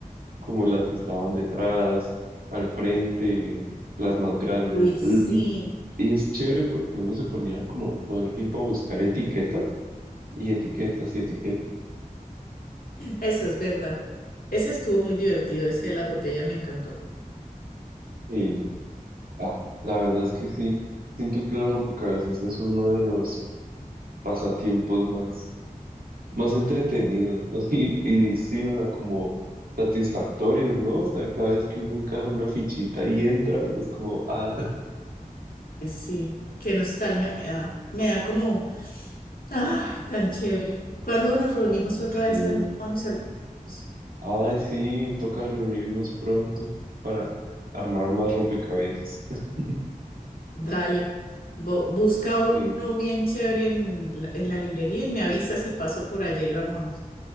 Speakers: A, on the right; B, on the left.
A: como las que estaban detrás, al frente, las más grandes.
B: Luis,
A: l- Y,
B: sí,
A: y es chévere porque uno se ponía como todo el tiempo a buscar etiquetas y etiquetas y etiquetas.
B: eso es verdad. Ese estuvo muy divertido, ese de las botellas me encantó.
A: Y ah, la verdad es que sí, siento que los rompecabezas es uno de los pasatiempos más más entretenidos <laughs> y, y sí, o sea, como satisfactorios, ¿no? O sea, cada vez que uno encaja una fichita y entra, es como, ah,
B: Ay, sí, qué nostalgia me da. Me da como, ah, tan chévere. Cuando nos reunimos
A: ay,
B: otra
A: sí,
B: vez, armamos alguna de esos.
A: ay, sí, toca reunirnos pronto para armar más rompecabezas. <laughs>
B: Dale, bo- busca uno
A: Sí,
B: bien chévere en, la- en la librería y me avisa si paso por allá y lo armamos.